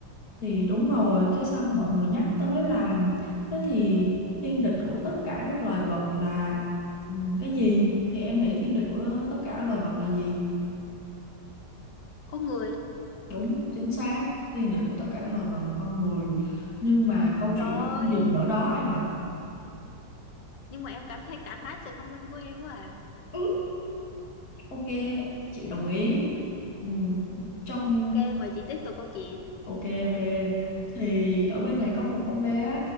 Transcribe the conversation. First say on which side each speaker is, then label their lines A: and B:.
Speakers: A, on the left; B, on the left.
A: thì đúng rồi, cái xong mọi người nhắc tới là thế thì thiên địch của tất cả các loài vật là ừ, cái gì? Thì em nghĩ thiên địch của tất cả loài vật là gì?
B: có người
A: Đúng, chính xác, thiên địch của tất cả loài vật là con người. Nhưng mà câu
B: trời
A: chuyện không dừng
B: ơi
A: ở đó em ạ.
B: nhưng mà em cảm thấy cảm thán sự thông minh của em quá à
A: Ừ, ok, chị đồng ý. Ừ, trong
B: ok mời chị tiếp tục câu chuyện
A: Ok ok thì ở bên này có một con bé